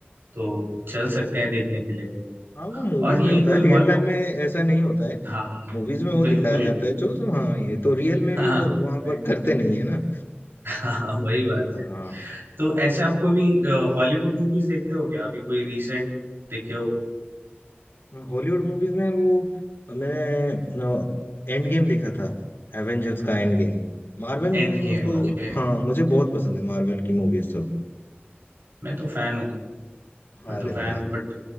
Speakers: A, on the right; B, on the left.
A: तो चल सकते हैं देखने के लिए
B: हाँ वो मूवीज
A: और ये
B: में होता
A: कोई
B: है रियल
A: हॉर-
B: लाइफ में ऐसा नहीं होता है
A: हाँ हाँ
B: मूवीज में वो
A: बिल्कुल
B: दिखाया जाता है जो जो हाँ ये तो रियल में
A: हाँ
B: भी वो
A: हाँ
B: वहां
A: वही
B: पर करते नहीं है ना
A: हाँ, हाँ, वही बात
B: हाँ
A: है तो ऐसे आपको भी हॉलीवुड मूवीज देखते हो क्या अभी कोई रिसेंट देखे हो
B: हॉलीवुड मूवीज में वो मैंने एंड गेम देखा था एवेंजर्स का एंड गेम मार्वल मूवीज
A: Endgame
B: मुझको
A: okay
B: हाँ मुझे बहुत पसंद है मार्वल की मूवीज तो
A: मैं तो फैन हूँ मैं
B: अरे
A: तो फैन
B: भाई
A: हूँ बट